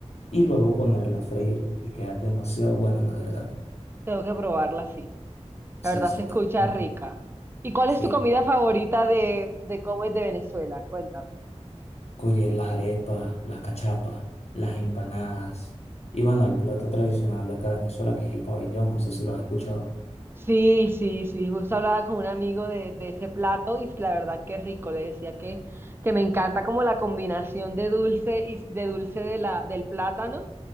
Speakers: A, on the left (about 65°); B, on the right (about 20°).
A: y luego ponerla a freír y queda demasiado bueno, la verdad.
B: Tengo que probarla así. La
A: Sí,
B: verdad
A: sí.
B: se escucha
A: también.
B: rica. ¿Y cuál
A: Sí,
B: es tu comida favorita de, de cómo es de Venezuela? Cuéntame.
A: Oye, las arepas, las cachapas, las empanadas. Y bueno, el plato tradicional de acá de Venezuela, que es el pabellón, no sé si lo has escuchado.
B: Sí, sí, sí, justo hablaba con un amigo de, de ese plato y la verdad que rico, le decía que, que me encanta como la combinación de dulce y de dulce de la, del plátano